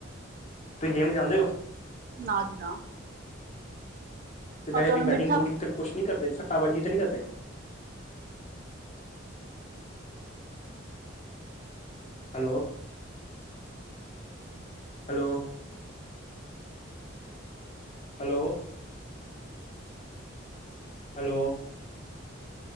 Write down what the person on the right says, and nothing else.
ਨਾ ਜੀ ਨਾ
ਹੋਰ ਤੁਹਾਨੂੰ
ਮਿੱਠਾ